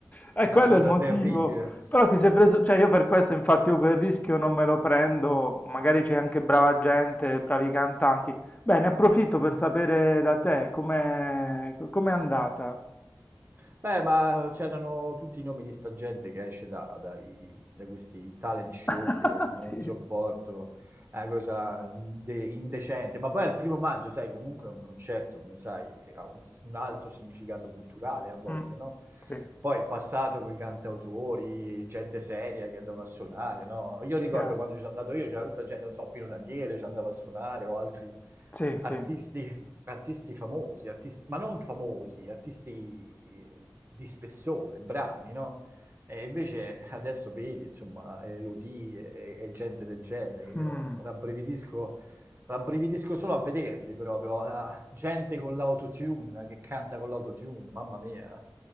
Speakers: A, on the left (about 20°); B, on the right (about 30°).
A: È quello
B: Una cosa
A: è il motivo.
B: terribile.
A: Però ti sei preso, cioè io per questo infatti io quel rischio non me lo prendo, magari c'è anche brava gente, bravi cantanti. Bene, approfitto per sapere da te com'è com'è andata.
B: Beh, ma c'erano tutti i nomi di sta gente che esce da, dai- da questi talent show
A: <laughs>
B: che io
A: Sì,
B: non sopporto, è una cosa inde- indecente. Ma poi al primo maggio, sai, comunque è un concerto, come sai, ha un, un alto significato culturale a volte,
A: mm,
B: no?
A: sì,
B: Poi il passato con i cantautori, gente seria che andava a suonare, no? Io ricordo
A: chiaro.
B: quando ci sono andato io, c'era tutta gente, non so, Pino Daniele ci andava a suonare o altri
A: Sì, sì.
B: artisti artisti famosi, artisti, ma non famosi, artisti di spessore, bravi, no? E invece adesso vedi, insomma, Elodie e, e gente del genere, che io
A: Mm.
B: rabbrividisco, rabbrividisco solo a vederli proprio, a- gente con l'autotune, che canta con l'autotune, mamma mia,